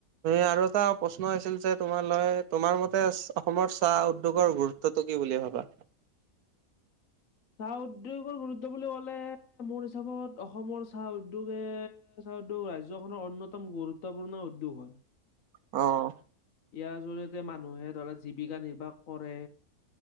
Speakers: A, on the right; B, on the left.
A: আৰু এটা প্ৰশ্ন আছিল যে তোমালৈ তোমাৰ মতে অসমৰ চাহ উদ্যোগৰ গুৰুত্ব গুৰুত্বটো কি বুলি ভাবা?
B: চাহ উদ্যোগৰ গুৰুত্ব বুলি কলে মোৰ হিচাপত অসমৰ চাহ উদ্যোগে উদ্যোগ ৰাজ্যখনৰ অন্যতম গুৰুত্বপূৰ্ণ উদ্যোগ হয়।
A: অহ, অহ
B: ইয়াৰ জৰিয়তে মানুহে ধৰা জীৱিকা নিৰ্বাহ কৰে।